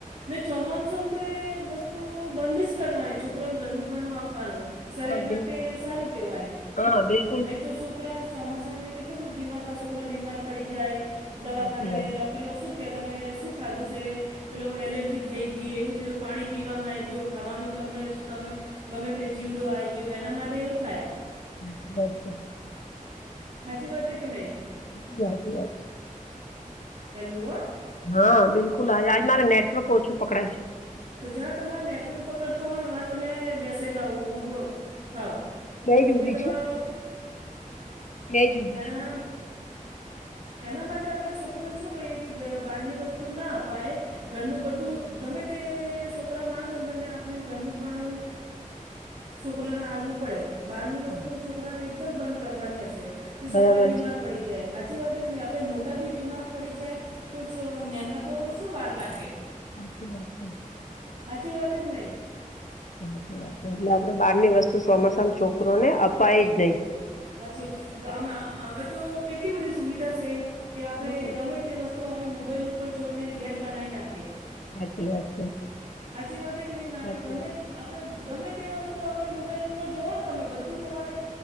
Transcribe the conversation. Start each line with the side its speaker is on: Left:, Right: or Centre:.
Right: ને ચોમાસુંમાં તો એ વસ્તુ બંધ જ કરવાની છોકરોને ઘરનું ખાણું આપવાનું. શરીર
Left: બસ
Right: માટે
Left: બિલ
Right: સારું કહેવાય.
Left: હા બિલ.
Right: નહી તો છોકરા ચોમાસામાં કેટલું બધું જીવાતા છોકરા બીમાર પડી જાય. દવાખાને
Left: સાચી વાત
Right: લઈને
Left: છે
Right: ડૉક્ટર લોકો શુંખ કેહે તમે શુંખ ખાધું છે. પેલો એલર્જી થઈ ગઈ એવું થઈ તો પાણી પીવામાં આવી ગયું ખાવામાં ગમે ગમે. ગમે તે જીવડો આવી ગયો એના માટે એવું થાય.
Left: અચા વાચછા.
Right: હાજી વાત હ કે નહી.
Left: બલકુલુ વાત.
Right: હેલો હા
Left: હા બિલકુલ હ આજ મારે નેટવર્ક ઓછું પકડાય છે.
Right: તો જ્યાં તમાર નેટવર્ક પકડતોું હોય ને વાં તમે બેસેલા ભો થાવ. એ તો
Left: છે
Right: ફી
Left: બે
Right: તમારોું
Left: જ ઉભી છે બે જ ઉભી
Right: એના.
Left: છે
Right: એના માટે આપણે છોકરોને શું કહીએ કે બહારની વસ્તુ ના અપાય ઘરનું બધું ગમે. છોકરા માંગી ને તમે આપને ઘરનું ખાણું. છોકરાને હલવું પડે બહારની
Left: હા
Right: વસ્તુ છોકરાને એકદમ બંધ કરવાની હશે કે
Left: બરાબર
Right: છોકરા બીમાર.
Left: છે
Right: પડી જાય સાચી વાત કે નહી આપણે મોટા બી બીમાર પડી જાય. તો જ ના તો શું વાર લાગે.
Left: સાચી વાત છે.
Right: સાાચી વાસે કે નહી.
Left: વાી વા એટલે આપડે બહારની વસ્તુ સોમાસામ છોકરોને અપાય જ નહીિ.
Right: અચ્છા હવે તો કેટલી બધી સુવિધા છે કે આપણે
Left: હમ
Right: ગમે તે વસ્તુ. તો આપણે મોબાઈલ ઉપર જોઈને ઘેર બનાવી નાખી.
Left: હાી વાત છે.
Right: હચચી વાતે કે ન નાે
Left: સાચી
Right: ગમે.
Left: વાત
Right: આપણે ગમે તે વસ્તુ આપણે મોબાઈલ ઉપર જઓ ને તમે બધું તમારે.